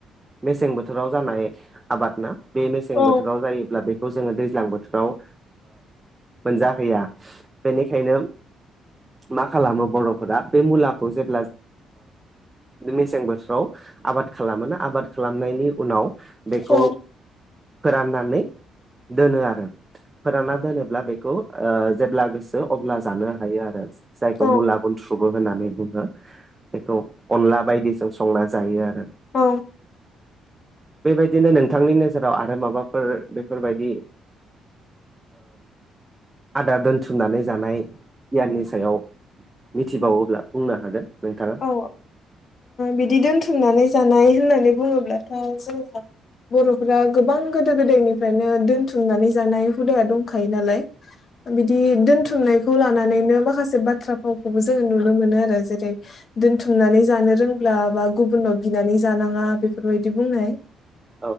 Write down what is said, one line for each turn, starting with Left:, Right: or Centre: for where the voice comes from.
Right: मेसें बोथोराव जानाय आबाद ना बे मेसें
Left: औ
Right: बोथोराव जायोब्ला बेखौ जोङो दैज्लां बोथोराव मोनजाहैया बेनिखायनो मा खालामो बर'फोरा बे मुलाखौ जेब्ला मेसें बोथोराव आबाद खालामोनो आबाद खालामनायनि उनाव बेखौ
Left: औ
Right: फोराननानै दोनो आरो फोरानना दोनोब्ला बेखौ जेब्ला गोसो अब्ला जानो हायो आरो जायखौ
Left: औ
Right: मुला गुनथ्रुबो होननानै बुङो। बेखौ अनला बायदिजों संना जायो आरो
Left: औ
Right: बेबायदि बिदिनो नोंथांनि नोजोराव आरो माबाफोर बेफोरबायदि आदार दोनथुमनानै जानाय गियाननि सायाव मिथिबावोब्ला बुंनो हागोन नोंथाङा
Left: औ बिदि दोनथुमनानै जानाय होननानै बुङोब्लाथ' जों बर'फोरा गोबां गोदो गोदायनिफ्रायनो दोनथुमनानै जानाय हुदाया दंखायो नालाय बिदि दोनथुमनायखौ लानानैनो माखासे बाथ्रा फावखौबो जोङो नुनो मोनो आरो जेरै दोनथुमनानै जानो रोंब्ला बा गुबुननाव बिनानै जानाङा बेफोरबायदि बुंनाय
Right: <inaudible>